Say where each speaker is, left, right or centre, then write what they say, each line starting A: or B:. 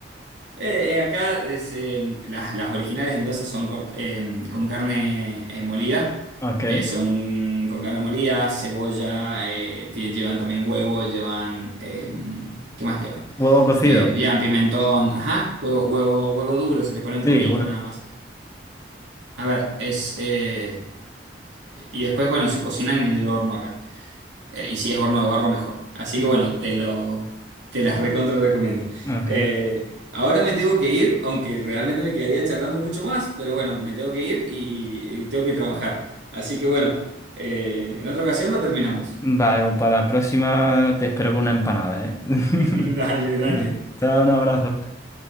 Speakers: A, on the right (about 80°); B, on the left (about 15°).
A: Eh, eh, acá es, eh, las, las originales de Mendoza son cort- eh, con carne eh, molida,
B: Ok.
A: Eh, son con carne molida, cebolla, eh, tie- llevan también huevo, llevan, eh, ¿qué más llevan?
B: Huevo cocido.
A: Eh, llevan pimentón, ajá, huevo, huevo, huevo duro, se le pone un
B: Sí,
A: poquito
B: bueno.
A: nada más. A ver, es, eh, y después, bueno, se cocinan en el horno acá. Eh, y si es horno de barro, mejor. Así
B: Ujú,
A: que bueno, te lo, te las recontra recomiendo.
B: <laughs> Ok.
A: Eh, ahora me tengo que ir, aunque realmente me quedaría charlando mucho más, pero bueno, me tengo que ir y, y tengo que trabajar. Así que bueno, eh, en otra ocasión lo terminamos.
B: Vale, pues para la próxima te espero con una empanada, ¿eh? <laughs>
A: <laughs> Dale, dale.
B: Te te doy un abrazo.